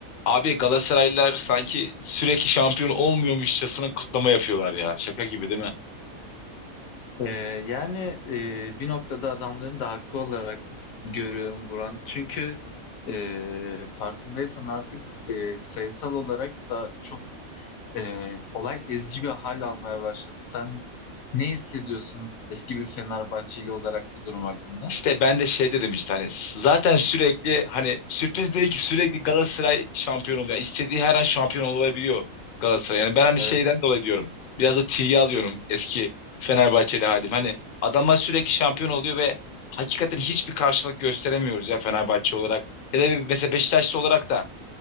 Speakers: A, on the left; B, on the left.
A: Abi Galatasaraylılar sanki sürekli şampiyon olmuyormuşçasına kutlama yapıyorlar ya. Şaka gibi değil mi?
B: Ee, yani e, bir noktada adamların da hakkı olarak görüyorum Buran. Çünkü e, farkındaysan artık e, sayısal olarak da çok e, olay ezici bir hal almaya başladı. Sen ne hissediyorsun eski bir Fenerbahçeli olarak bu durum hakkında?
A: İşte ben de şey dedim işte hani zaten sürekli hani sürpriz değil ki sürekli Galatasaray şampiyon oluyor. Yani istediği her an şampiyon olabiliyor Galatasaray. Yani ben hani
B: Evet.
A: şeyden dolayı diyorum. Biraz da tiye alıyorum eski Fenerbahçeli halim. Hani adamlar sürekli şampiyon oluyor ve hakikaten hiçbir karşılık gösteremiyoruz ya Fenerbahçe olarak. Ya da bir, mesela Beşiktaşlı olarak da